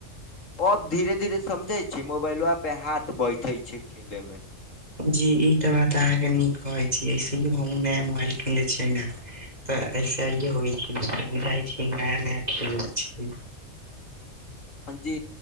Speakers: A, on the left (about 70°); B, on the right (about 30°).
A: अब धीरे-धीरे समझय छीयै, मोबाइलबा पे हाथ बैठे छै खेले में।
B: जी ई तऽ बात अहाँके नीक कहै छीयै, इसीलिए हम्हुं नया मोबाइल किनले छियै नै। तऽ ऐसेइए होइ छै, बुझाइ छी नया-नया खेलै छीयै।
A: हां जी